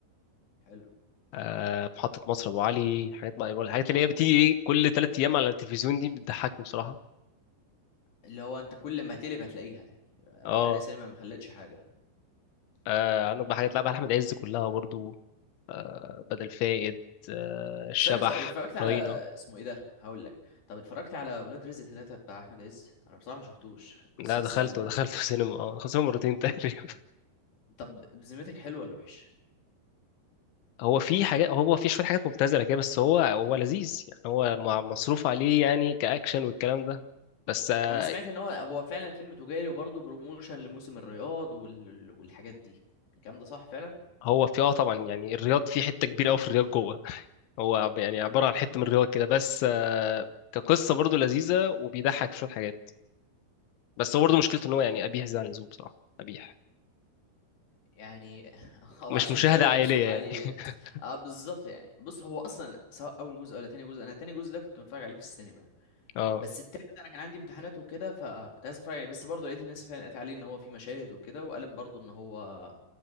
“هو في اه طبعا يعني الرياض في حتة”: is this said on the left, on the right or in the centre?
Left